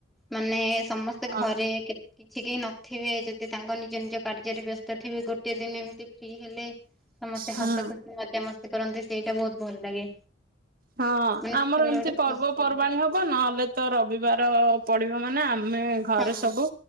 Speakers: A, in the centre; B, on the right.
A: ମାନେ ସମସ୍ତେ ଘରେ
B: ହଁ
A: କେ କିଛି କେହି ନଥିବେ ଯଦି ତାଙ୍କ ନିଜ ନିଜ କାର୍ଯ୍ୟରେ ବ୍ୟସ୍ତ ଥିବେ ଗୋଟେ ଦିନ ଏମିତି ଫ୍ରି ହେଲେ ସମସ୍ତେ
B: ହଁ
A: ହସ ଖୁସି ମଜାମସ୍ତି କରନ୍ତି। ସେଇଟା ବହୁତ ଭଲ ଲାଗେ
B: ହଁ
A: ମାନେ
B: ଆମର
A: ସେତେବେଳେ
B: ଏମିତି
A: ଗୋଟେ
B: ପର୍ବପର୍ବାଣ
A: ଖୁସି
B: ହବ। ନହେଲେ ତ ରବିବାର ପଡିବ ମାନେ ଆମେ ଘରେ
A: ହଁ
B: ସବୁ